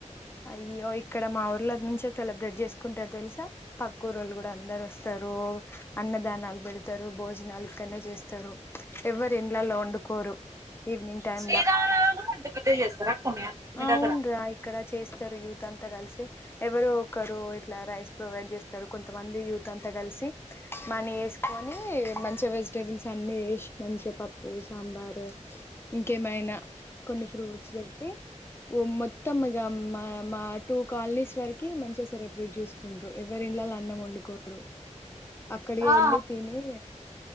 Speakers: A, on the left; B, on the right.
A: అయ్యో ఇక్కడ మా ఊర్ల నుంచి సెలబ్రేట్ చేసుకుంటారు తెలుసా పక్కు ఊరోళ్ళు కూడా అందరు వస్తారు అన్నదానాలు పెడతారు భోజనాలు ఇక్కడనే చేస్తారు ఎవరు ఇండ్లలో వండుకోరు ఈవినింగ్ టైమ్
B: శ్రీరామ
A: లా
B: నవమి కూడా అంత పెద్ద చేస్తారా అక్క మీ
A: అవును
B: దగ్గర
A: రా ఇక్కడ చేస్తారు యూత్ అంతా కలిసి ఎవరు ఒకరు ఇట్లా రైస్ ప్రొవైడ్ చేస్తారు కొంతమంది యూత్ అంతా కలిసి మనీ వేసుకొని మంచిగ వెజిటేబుల్స్ అన్ని వేసి మంచిగా పప్పు సాంబారు ఇంకేమైనా కొన్ని ఫ్రూట్స్ పెట్టి ఊరు మొత్తం ఇగ మా మా టూ కాలనీస్ వరకి మంచిగా సెలబ్రేట్ చేసుకుంటారు ఎవరి ఇళ్ళలో అన్నం వండుకోరు అక్కడే
B: ఆ
A: ఎల్లి తిని